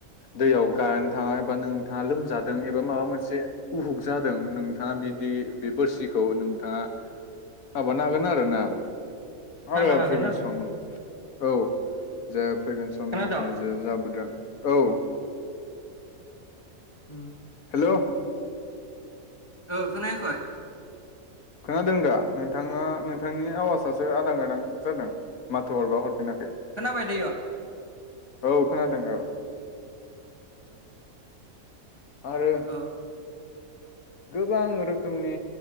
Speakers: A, on the left; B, on the left.
A: दैयाव गायनो थाङा एबा नोंथाङा लोमजादों एबा माबा मोनसे उहुक जादों नोंथाङा बिदि बे बोरसिखौ नोंथाङा माबानो हागोन आरोना आरो
B: हानो हागोन
A: फैगोन
B: आरो
A: समनि। औ जे फैगोन समनिफ्राय
B: खोनादों?
A: जे जाबोदों औ।
B: उम
A: हेलौ।
B: औ खोनायाखोय
A: खोनादों दा नोंथाङा नोंथांनि आवाजासो आदां गादां जादों। माथो हरबा हरफिनाखै।
B: खोनाबाय दैय
A: औ खोनादों औ। आरो
B: <unintelligible>
A: गोबां रोखोमनि